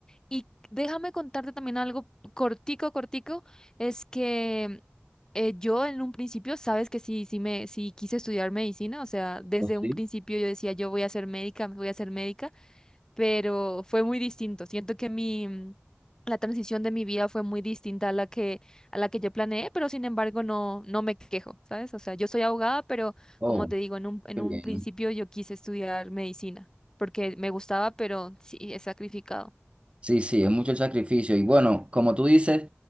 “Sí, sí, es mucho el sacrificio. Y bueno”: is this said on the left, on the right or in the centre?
Right